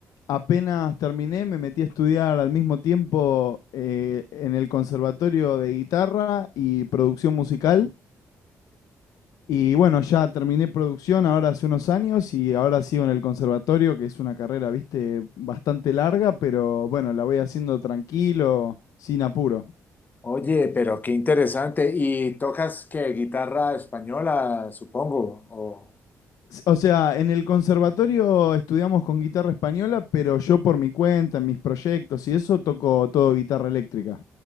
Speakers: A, on the left; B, on the left.
A: apenas terminé me metí a estudiar al mismo tiempo eh, en el conservatorio de guitarra y producción musical. Y bueno, ya terminé producción ahora hace unos años y ahora sigo en el conservatorio, que es una carrera, viste, bastante larga, pero bueno, la voy haciendo tranquilo, sin apuro.
B: Oye, pero qué interesante. ¿Y tocas qué guitarra española, supongo? O,
A: S- O sea, en el conservatorio estudiamos con guitarra española, pero yo por mi cuenta, en mis proyectos y eso, toco todo guitarra eléctrica.